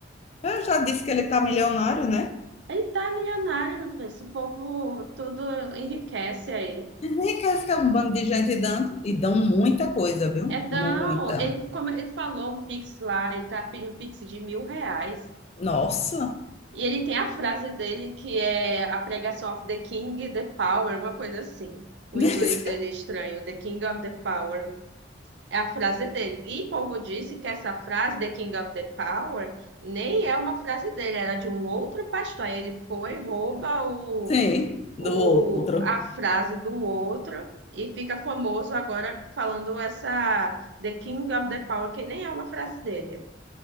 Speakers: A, on the left; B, on the right.
A: Eu já disse que ele tá milionário, né?
B: Ele tá milionário, meu filho. Esse povo tudo enriquece aí.
A: Enriquece que é um bando de gente dando e dão muita coisa, viu?
B: É, não,
A: Muita.
B: ele, como ele falou um Pix lá, ele tá pedindo um Pix de mil reais.
A: Nossa.
B: E ele tem a frase dele que é a pregação of the King, the power, alguma coisa assim. O
A: <laughs>
B: inglês dele é estranho, the King of the Power, É a frase dele. E Povo disse que essa frase, The King of the Power, nem é uma frase dele, era de um outro pastor. Aí ele foi, rouba o,
A: Sim,
B: o,
A: do outro.
B: a frase do outro e fica famoso agora falando essa The King of the Power, que nem é uma frase dele.